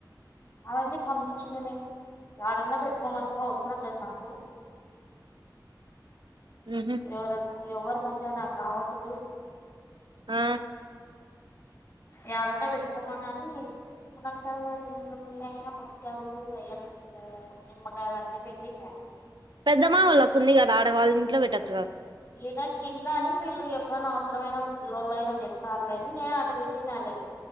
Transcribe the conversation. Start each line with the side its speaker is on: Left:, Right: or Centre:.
Left: అవన్నీ పంపించింది మేము యాడ్ నిన్న పెట్టుకోమనుకో అవసరం లేద్ నాకు
Right: ఉహు
Left: ఎవ్వరన్నా యేవ్వరూ పంజేయ్ నాకావోట్టుగూ
Right: ఆ
Left: యాడన్నా బెట్ పొమ్మనానీ మునక్కల ఎందుకున్నాయా ముత్యాలు వెయ్యందుకు నిమ్మకాయలన్నీ బెట్టిండా
Right: పెద్దమ్మ వాల్లకుంది గదా ఆడ వాళ్ళింట్ల వెట్టోత్
Left: ఏడాకి ఇల్లాని వీళ్ళు ఎప్పుడనౌశ్రరమైనప్పుడ్ పిల్లలైనా తెచ్చార్లేన్ నేనట్టబెట్టిన్నాన్ లే